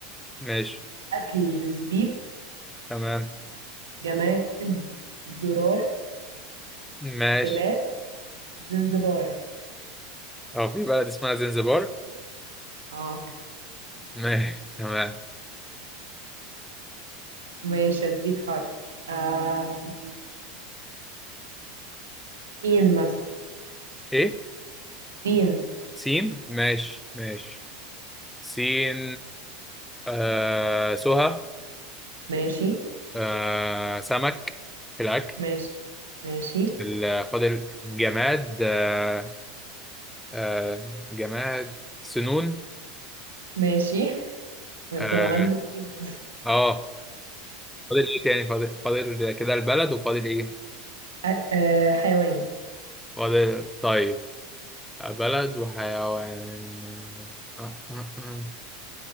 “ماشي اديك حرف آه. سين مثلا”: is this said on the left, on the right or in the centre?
Right